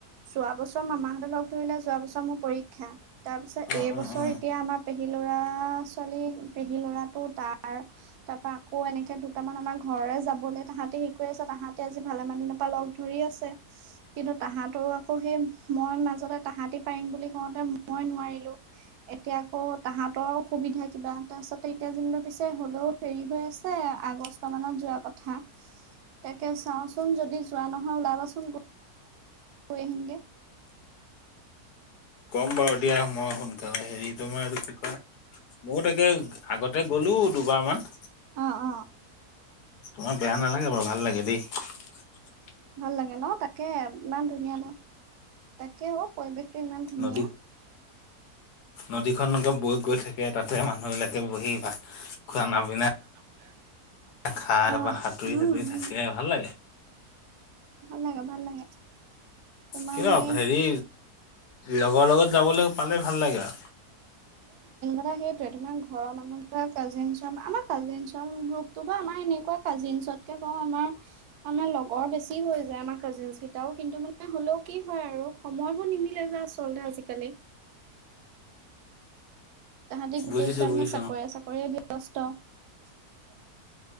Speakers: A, on the right; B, on the left.
A: যোৱা বছৰ মামাহঁতে লগ ধৰিলে যোৱা বছৰ মোৰ পৰীক্ষা। তাৰপিছত
B: অ
A: এইবছৰ
B: অ অ
A: এতিয়া আমাৰ। পেহী লৰা ছোৱালী পেহী লৰাতটো তাৰ তাৰ পৰা আকৌ এনেকে দুটামান আমাৰ ঘ। ঘৰৰে যাবলে। তাহাঁতে হেৰি কৰি আছে তাহাঁতে আজি ভালেমান দিনৰ পৰা লগ ধৰি আছে কিন্তু তাহাঁতৰো আকৌ সেই। মই মাজতে তাহাঁতি পাৰিম বুলি কওঁতে মই নোৱাৰিলো এতিয়া আকৌ তাহতৰ সুবিধা সুবিধা কিবা এটা আছে এতিয়া যেনিবা পিছে হ'লেও দেৰি হৈ আছে আগষ্ট মানত যোৱা কথা। তাকে চাওঁচোন যদি যোৱা নহয় ওলাবাচোন গৈ আহিমগে।
B: ক'ম বাৰু দিয়া মই সোনকালে হেৰি তোমাৰ এইটো কি কয় ময়ো তাকে আগতে গলো দুবাৰমান।
A: অ অ।
B: তোমাৰ বেয়া নালাগে বাৰু ভাল লাগে দেই।
A: ভাল লাগে ন? তাকে ইমান ধুনীয়া ন তাকে অ পৰিৱেশ ইমান ধুনীয়া।
B: নদী নদীখনকে বৈ গৈ থাকে তাতে মানুহবলাকে বহি ভাত খোৱা ন বিনা
A: <inaudible>
B: খাৰ
A: অ
B: বা সাঁতুৰি
A: উম
B: সাঁতুৰি থাকে
A: উম
B: ভাল লাগে।
A: ভাল লাগে ভাল লাগে। তোমাৰ
B: কিন্ত
A: সেই
B: হেৰি লগৰ লগত যাবলৈ পালে ভাল লাগে আৰু।
A: সেইটোয়ে তোমাৰ ঘৰৰ মানুহ বা কাজিনচ আমাৰ কাজিনচ গ্ৰুপটো বা আমাৰ এনেকুৱা কাজিন পিছতকে কওঁ আমাৰ আমাৰ লগৰ বেছি হৈ যায় আমাৰ কাজিনচ কেইটাও কিন্তু মানে হ'লেও কি হয়। আৰু সময়বোৰ নিমিলে যে আচলতে আজিকালি। তাহাঁতি গোটেই
B: বুজিছো
A: কেইটাৰ
B: বুজিছো
A: মানে চাকৰি
B: অ
A: চাকৰিয়ে ব্যস্ত।